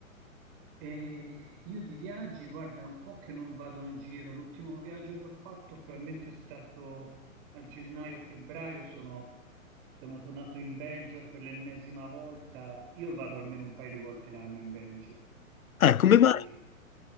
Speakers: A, on the right; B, on the left.
A: E io di viaggi, guarda, è un po' che non vado in giro. L'ultimo viaggio che ho fatto probabilmente è stato a gennaio-febbraio. Sono, sono tornato in Belgio per l'ennesima volta. Io vado almeno un paio di volte l'anno in Belgio.
B: Ah, come
A: E
B: mai?